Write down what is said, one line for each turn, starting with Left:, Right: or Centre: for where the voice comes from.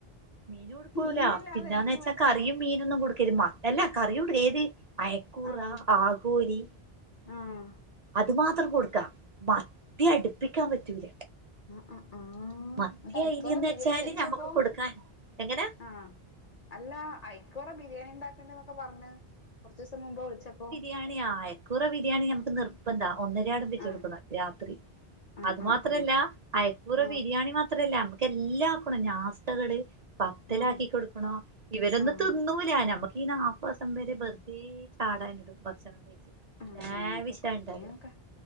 Right: മീൻ കൊടുക്കൂല
Left: മീനില്ലാതെ
Right: പിന്നന്ന്
Left: എങ്ങനെ
Right: വെച്ചാ
Left: മനുഷ്യന്മാ
Right: കറിയും മീനൊന്നും കൊടുക്കരുത് മ അല്ല കറിയോടു ഏത് അയക്കൂറ
Left: ആഹ്
Right: ആഗോലി
Left: ആഹ്
Right: അത് മാത്രം കൊടുക്കാം മത്തി അടുപ്പിക്കാൻ പറ്റൂല
Left: ആഹ് ആഹ് ആഹ് ആഹ് ങ്ങട്ടയ്ക്കോറ
Right: മത്തി അയിലന്ന്
Left: ബിരിയാണി
Right: വെച്ചാല്
Left: വെച്ചപ്പോ
Right: നമ്മുക്ക് കൊടുക്കാൻ എങ്ങനെ
Left: ആഹ് അല്ല ഐക്കുറ ബിരിയാണിണ്ടാക്കെണ്ട് ന്നൊക്കെ പറഞ്ഞ് കൊറച്ച് ദിവസം മുമ്പ് വിളിച്ചപ്പോ
Right: യാണി യായ് കുറെ ബിരിയാണി നമുക്ക് നിർപ്പന്താ ഒന്നരയാടം വെച്ച്
Left: ആഹ്
Right: കൊടുക്കണം രാത്രി
Left: ആഹ്
Right: അത്
Left: ആഹ്
Right: മാത്രല്ല അയ്ക്കൂറ
Left: ആഹ്
Right: ബിരിയാണി മാത്രല്ല നമുക്ക് എല്ലാം ആക്കണം നാസ്തകള് പത്തലാക്കി
Left: ആഹ് ആഹ്
Right: കൊടുക്കണോ ഇവരൊന്നും
Left: ആഹ്
Right: തിന്നൂല നമുക്കി നാപ്പത് ദിവസം വരെ വെറു തീ ചാടാൻ ഇടും ഭക്ഷണം <inaudible>
Left: ആഹ്
Right: ലാവിശ
Left: ആഹ് അപ്പൊ കുക്കിംഗ്
Right: ഇണ്ടാവ
Left: ഒക്കെ